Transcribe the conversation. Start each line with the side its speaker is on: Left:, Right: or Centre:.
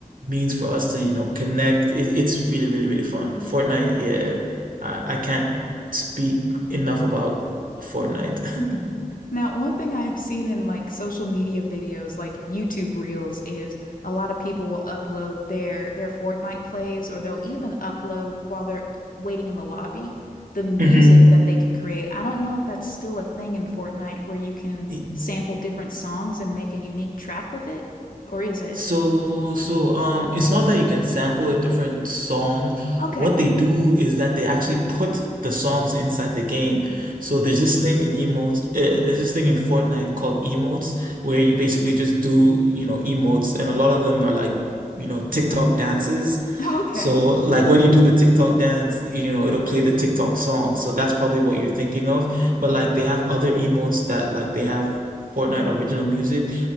Right: means for us to, you know, connect. It, it's really, really, really fun. Fortnite, yeah, I, I can't speak enough about Fortnite.
Left: Now, one thing I've seen in like social media videos, like YouTube Reels, is a lot of people will upload their their Fortnite plays, or they'll even upload while they're waiting in the lobby the music
Right: <laughs>
Left: that they can create. I don't know if that's still a thing in Fortnite where you can
Right: hmm
Left: sample different songs and make a unique track with it, or is it?
Right: So, so um, it's not that you can sample a different song.
Left: Okay.
Right: What they
Left: <laughs>
Right: do is that they actually put the songs inside the game. So there's this thing in emotes, uh, there's this thing in Fortnite called emotes, where you basically just do, you know, emotes, and a lot of them are like, you know, TikTok dances.
Left: Okay.
Right: So like when you do the TikTok dance, you know, it'll play the TikTok song. So that's probably what you're thinking of. But like they have other emotes that like they have Fortnite original music